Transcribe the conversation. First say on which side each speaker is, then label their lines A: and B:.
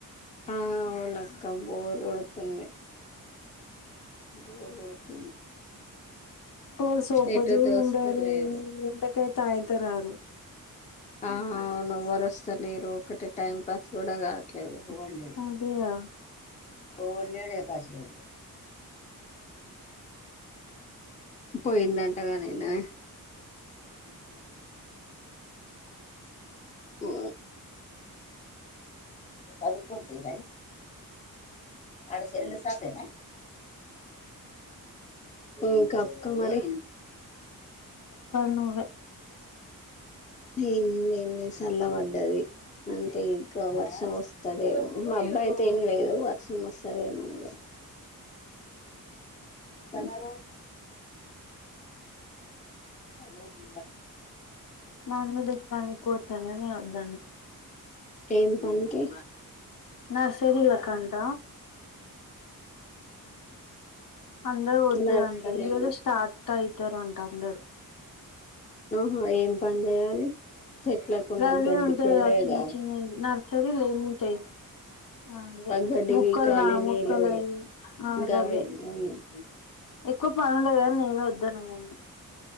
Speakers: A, on the left; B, on the left.
A: ఆ అవునక్క బోర్ కొడుతుంది బోర్ కొడుతుంది
B: ఓ సూపు
A: ఎటు
B: చూడవే
A: దోస్తలేదు
B: ఎండకి అయితే ఆ ఇంత రాదు
A: ఆ అవును ఎవ్వరు వస్త లేరు ఒకటి టైం పాస్ కూడా కావట్లేదు ఎవడ్ లేడు
B: అదేగా
A: ఎవడ్ లేడే బస్సు పోయిండంట అంట గాని నిన్న అనుకుంటా వస్తుంది ఓ తగులుకొని పోయిరా ఆడు సెల్లులా షాప్ ఏనా ఇంకా అక్క మరి
B: పని నువ్వే
A: ఏముంది ఏం లేదు చల్ల పడ్డది అంటే ఇంకా వర్షం వస్తది ఏమో మబ్బు అయితే ఏం లేదు వర్ష్ వస్తదేమో ఇగ ఆ రోజు
B: నన్మమీది పనికుతనే నే వద్దన్నా
A: ఏం పన్ కి
B: నర్సరీలు కంట అందరూ పోతురంట
A: లక్షలే
B: ఈరోజు స్టార్ట్ అయితారంట అందరూ
A: ఓహో ఏం పన్ చేయాలి చెట్లకున్న
B: గవ్వే
A: గడ్డి
B: ఉంటాయి
A: గవేగా
B: గా చిన్న చిన్నవి నర్సరీలో ఏముంటాయి ఆ అదే
A: గడ్డి
B: మొక్కల్
A: పీకాలి
B: నా
A: నీళ్ళు
B: మొక్కల ఆ
A: గవే
B: గవ్వే
A: అవును
B: ఎక్కువ పనుండదని నేనే వద్దాను లెండి